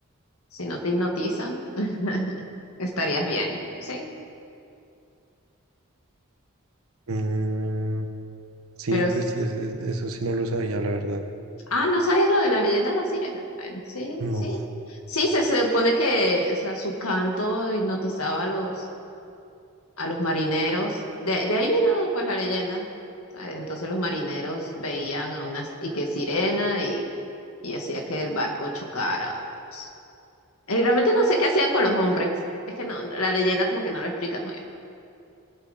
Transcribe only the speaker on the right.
Mm, sí,
pues
es- es- eso sí no lo sabía, la verdad.
No.